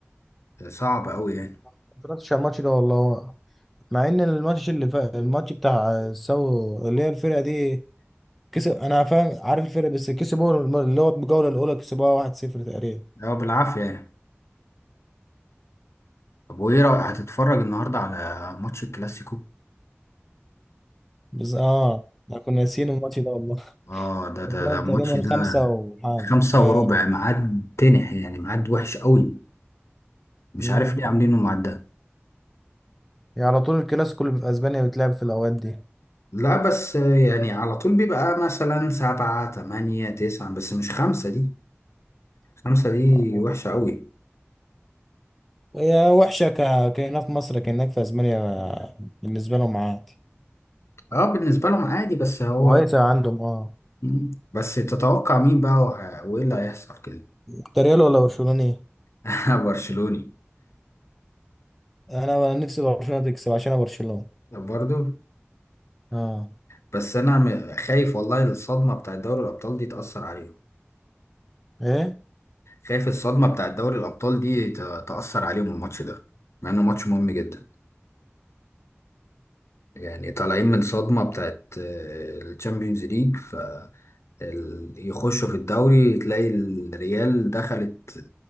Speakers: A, on the left; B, in the centre.
A: آه، صعب قوي يعني
B: ما اتفرجتش على الماتش ده والله مع ان الماتش اللي فات الماتش بتاع سو اللي هي الفرقة دي كسب انا فاهم عارف الفرقة بس كسبوا الم- اللي هو الجولة الاولى كسبوها 1-0 تقريبا
A: اه بالعافيه يعني طب وايه رايك هتتفرج النهارده على ماتش الكلاسيكو
B: بس اه احنا كنا ناسيين الماتش ده والله <laughs>
A: اه ده ده
B: بتلعب
A: ده الماتش
B: تقريبا
A: ده
B: خمسة وحاجة
A: خمسة
B: آه.
A: وربع ميعاد تنح يعني ميعاد وحش قوي مش
B: مم.
A: عارف ليه عاملينه الميعاد ده
B: يعني على طول الكلاسيكو اللي في اسبانيا بتلعب في الاوقات دي
A: لا بس آه، يعني على طول بيبقى مثلا سبعة تمانية تسعة بس مش خمسة دي خمسة دي
B: آه.
A: وحشة قوي
B: هي وحشة ك... كهنا في مصر كأنك في أسبانيا بالنسبة لهم عادي
A: اه بالنسبة لهم عادي بس هو
B: كويسة عندهم اه
A: مم. بس تتوقع مين بقى وه- وايه اللي هيحصل كده
B: أنت ريال ولا برشلوني؟
A: <laughs> برشلوني
B: أنا نفسي برشلونة تكسب عشان أنا برشلونة
A: برضو
B: اه
A: بس انا م- خايف والله الصدمة بتاع دوري الابطال دي تأثر عليهم
B: ايه
A: خايف الصدمة بتاعت دوري الأبطال دي ت- تأثر عليهم الماتش ده مع إنه ماتش مهم جدا يعني طالعين من صدمة بتاعت الشامبيونز ليج ف ال- يخشوا في الدوري تلاقي الريال دخلت